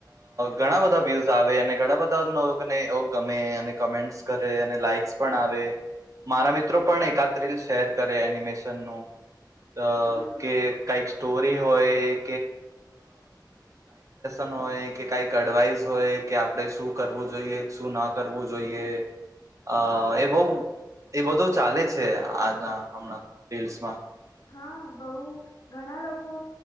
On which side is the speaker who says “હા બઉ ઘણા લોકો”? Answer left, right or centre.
Left